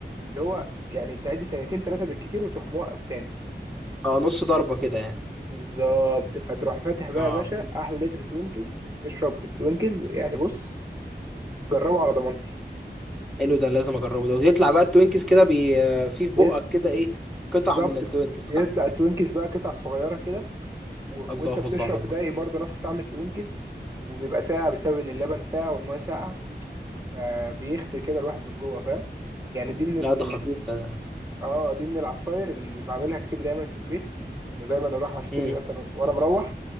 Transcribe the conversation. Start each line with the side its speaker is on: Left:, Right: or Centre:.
Right: اللي هو يعني تعد سنتين ثلاثة بالكتير وتروح موقف تاني
Centre: اه نص ضربة كده يعني
Right: بالظبط فتروح فاتح بقى
Centre: اه
Right: يا باشا أحلى لتر توينكز تشرب بالتوينكز يعني بص جربه على ضمانتي
Centre: حلو ده لازم اجربه ده ويطلع بقى التوينكس كده بي آه، في في
Right: بيت-
Centre: بقك كده ايه قطع
Right: بالظبط
Centre: من التوينكس
Right: بيطلع
Centre: صح
Right: التوينكز بقى قطع صغيرة كده و...
Centre: الله
Right: وأنت بتشرب
Centre: الله الله
Right: دايق برضه نفس طعم التوينكز وبيبقى ساقع بسبب إن اللبن ساقع والمية ساقعة فبيغسل كده الواحد من جوه فاهم يعني دي من
Centre: لا ده خطير ده
Right: اه دي من العصاير اللي بعملها كتير دايما في البيت انه دايما اروح اشتري
Centre: امم
Right: مثلا وانا مروح